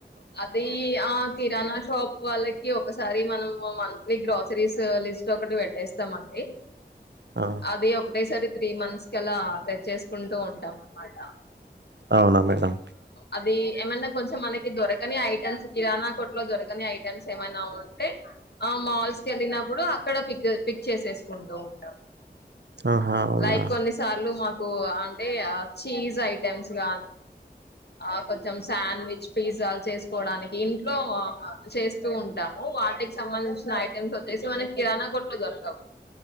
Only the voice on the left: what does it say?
అదీ ఆ కిరాణా షాప్ వాళ్ళకి ఒక్ ఒకసారి మనము మంత్లీ గ్రాసరీస్ ఆ లిస్ట్ ఒకటి పెట్టేస్తామ్ అండి.
అది ఒకటేసారి త్రీ మంత్స్ కి ఆలా తెచ్చేసుకుంటూ ఉంటాం అనమాటా.
అది ఏమన్నా కొంచెం మనకి దొరకని ఐటమ్స్ కిరాణా కొట్ లో దొరకని ఐటమ్స్ ఏమన్నా ఉంటే ఆ మాల్స్కి వెళ్ళినప్పుడు అక్కడ పిక్ పిక్ చేసేసుకుంటూ ఉంటాం.
లైక్ కొన్నిసార్లు మా ఓ అంటే చీజ్ ఐటెమ్స్ గానీ ఆ కొంచెం సాండ్విచ్ పిజ్ జల్ చేసుకోవడానికి ఇంట్లో చేస్తూ ఉంటాము. వాటికి సంబంధించిన ఐటమ్స్ వచ్చేసి మన కిరాణా కొట్లో దొరకవ్.